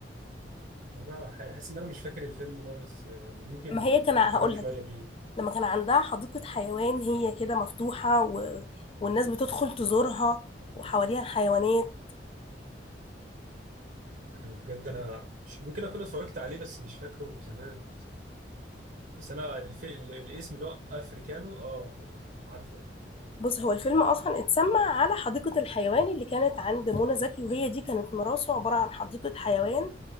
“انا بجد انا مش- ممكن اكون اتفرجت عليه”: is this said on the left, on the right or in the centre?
Right